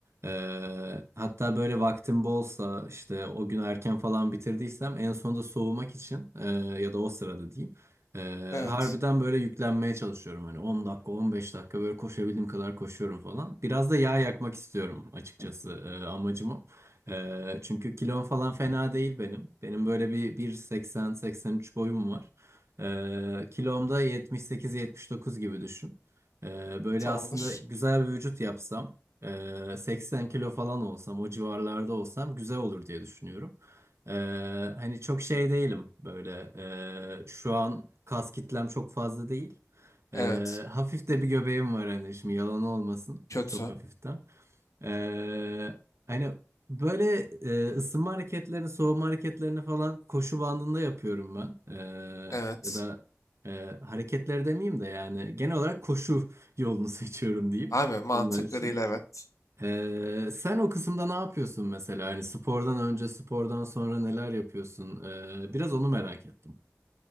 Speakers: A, on the right; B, on the left.
A: Ee, hatta böyle vaktim bolsa işte o gün erken falan bitirdiysem en sonunda soğumak için e, ya da o sırada diyeyim. e,
B: Evet.
A: harbiden böyle yüklenmeye çalışıyorum. Hani 10 dakika 15 dakika böyle koşabildiğim kadar koşuyorum falan. Biraz da yağ yakmak istiyorum açıkçası e, amacım o. E, çünkü kilom falan fena değil benim. Benim böyle bir 1.80-83 boyum var. E, kilomda 78-79 gibi düşün. Ee, böyle
B: Tamamdır.
A: aslında güzel bir vücut yapsam ee, 80 kilo falan olsam, o civarlarda olsam güzel olur diye düşünüyorum. Ee, hani çok şey değilim böyle. ee, şu an kas kitlem çok fazla değil. Ee,
B: Evet.
A: hafif de bir göbeğim var hani şimdi yalan olmasın.
B: Kötü.
A: Çok hafiften. Ee, hani böyle e, ısınma hareketlerini, soğuma hareketlerini falan koşu bandında yapıyorum ben. Ee,
B: Evet.
A: ya da e, hareketleri demeyeyim de yani genel olarak koşu yolunu <laughs> seçiyorum diyeyim
B: Abi mantıklı
A: bunlar için.
B: değil evet.
A: Ee, sen o kısımda ne yapıyorsun mesela? Hani spordan önce, spordan sonra neler yapıyorsun? Ee, biraz onu merak ettim.